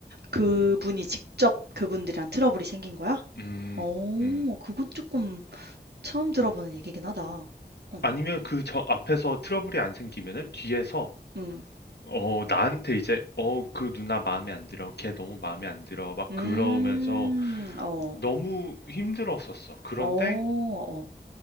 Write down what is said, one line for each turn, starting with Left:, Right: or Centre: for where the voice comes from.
Right: 그분이 직접 그분들이랑 트러블이 생긴 거야?
Left: 음,
Right: 어
Left: 음.
Right: 그건 조금 처음 들어보는
Left: 응.
Right: 얘기긴 하다. 어.
Left: 아니면 그 저 앞에서 트러블이 안 생기면은 뒤에서
Right: 음.
Left: 어 나한테 이제 어 그 누나 마음에 안 들어 걔 너무 마음에 안 들어 막
Right: 음.
Left: 그러면서
Right: 어.
Left: 너무 힘들었었어 그런데
Right: 어. 어.